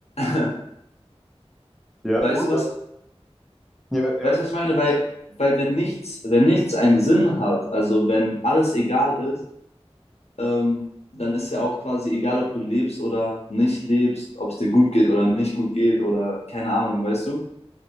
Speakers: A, on the left; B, in the centre.
A: <laughs>
B: ja,
A: weißt
B: gut,
A: du was,
B: das, ja, ja.
A: weißt du, was ich meine? Weil, weil wenn nichts, wenn nichts einen Sinn hat, also wenn alles egal ist, ähm, dann ist ja auch quasi egal, ob du lebst oder nicht lebst, ob es dir gut geht oder nicht gut geht oder keine Ahnung, weißt du?